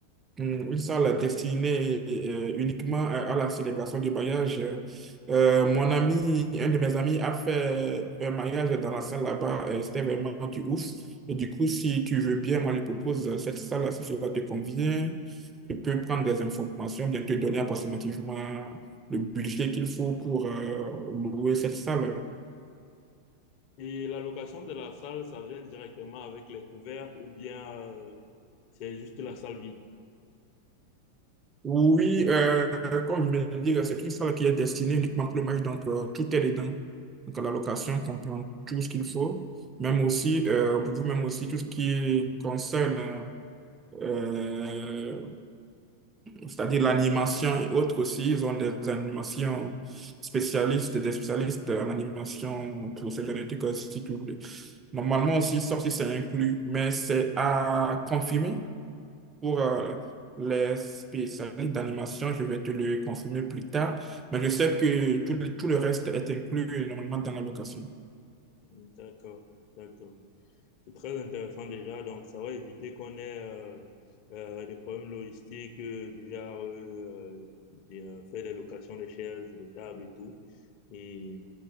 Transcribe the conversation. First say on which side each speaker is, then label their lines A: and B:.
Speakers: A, on the right; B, on the left.
A: une salle destinée euh, uniquement à, à la célébration du mariage. Euh, mon ami, un de mes amis a fait un mariage dans la salle là-bas. euh, C'était vraiment du ouf. Et du coup, si tu veux bien, moi, je propose euh, cette salle-là, si cela te convient. Je peux prendre des informations, bien te donner approximativement le budget qu'il faut pour euh, louer cette salle.
B: Et la location de la salle, ça vient directement avec les couverts ou bien euh, c'est juste la salle vide.
A: Oui, euh, comme je viens de dire, c'est une salle qui est destinée uniquement pour le match, donc euh, tout est dedans. Donc la location comprend tout ce qu'il faut, même aussi, euh, pour vous, même aussi tout ce qui concerne, euh, c'est-à-dire l'animation et autres aussi. Ils ont des animations spécialistes, des spécialistes en animation pour ces génétiques, si tu voulez. Normalement aussi, ça aussi c'est inclus, mais c'est à confirmer pour euh, les spécialistes d'animation, je vais te le confirmer plus tard, mais je sais que tout, le- tout le reste est inclus euh, normalement dans la location.
B: D'accord, d'accord. C'est très intéressant déjà. Donc, ça va éviter qu'on ait euh, euh, des problèmes logistiques euh, du genre euh, euh, des, euh, faire des locations des chaises, des tables et tout. Et...